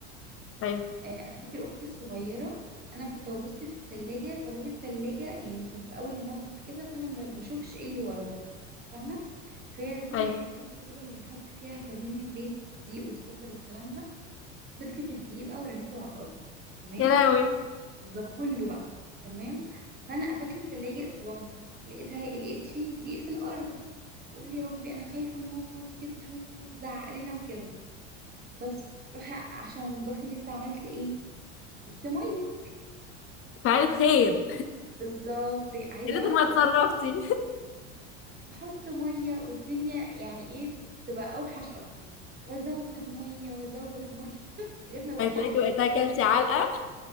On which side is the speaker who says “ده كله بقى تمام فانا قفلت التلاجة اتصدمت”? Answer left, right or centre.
Right